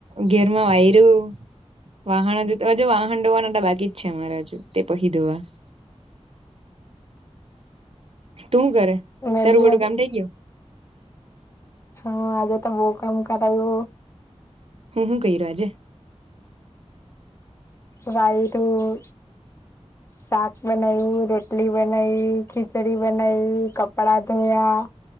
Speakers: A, on the right (about 55°); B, on the left (about 25°).
A: ઘેરમાં વાયરું વાહન હજ હજુ વાહન ડોવાના બાકી જ છે અમારે હજુ તે પહી દોવા <inaudible> તું કરે
B: મેં
A: તારું
B: બી
A: બડું
B: હવે
A: કામ થઈ ગયું
B: હા આજે તો બહ કામ કરાયું
A: હું શું ક રહ્યોજે
B: વાાયરું
A: <inaudible>
B: સાક બનાું રોટલી બનાૈ ખિચડી બનાવીું કપડા ધોયા